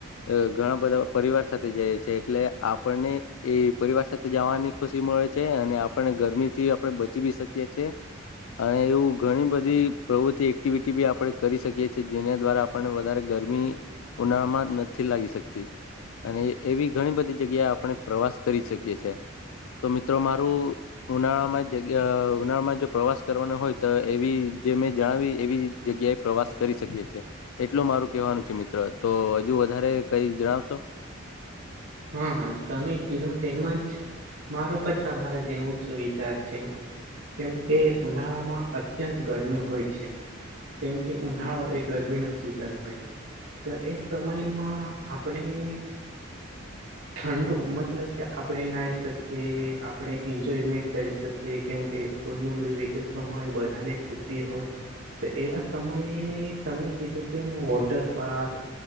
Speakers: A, on the left; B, on the right.
A: અ ઘણા બધા પરિવાર સાથે જઈએ છે એટલે આપણને એ પરિવાર સાથે જવાની ખુશી મળે છે અને આપણે ગરમી થી આપણે બચી બી સકીએ છીએ. અને એવું ઘણી બધી પ્રવૃત્તિ એક્ટિવિટી બી આપડે કરી સકીએ છી જેના દ્વારા આપને વધારે ગરમી ઉનાળામાં નથી લાગી સકતી. અને એવી ઘણી બધી જગ્યા આપણે પ્રવાસ કરી સકીએ છે. તો મિત્રો, મારું. ઉનાળામાં જગ્યા ઉનાળામાં જો પ્રવાસ કરવાનો હોય તો એવી જે મેં જણાવી એવી જ જગ્યાએ પ્રવાસ કરી સકીએ છે. એટલો મારે કેવાનું છે મિત્ર, તો હજુ વધારે કઈ જણાવશો.
B: હા હા, તમે કીધો તેમજ. મારુ પન તમારા જેવું જ વિચાર છે. કેમ કે ઉનાળામાં અત્યંત ગરમી હોય છે કેમ કે ઉનાળો એ ગરમી નો સિઝન હોય તો એ સમયમાં આપણે ઠંડો મતલબ કે આપણે નાઈ શકીએ આપણે એન્જોયમેન્ટ કરી શકીએ કેમ કે સ્કૂલ ભી ની વકેશન હોય બધાને છુટ્ટી હોય તો એવા સમયે તમે કીધું કેમ વોટર પાર્ક